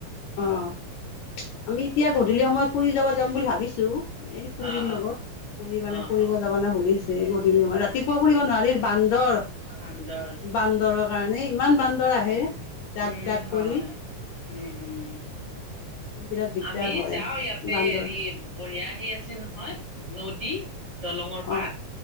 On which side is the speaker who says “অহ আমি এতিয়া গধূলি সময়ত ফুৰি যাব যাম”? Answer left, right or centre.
Left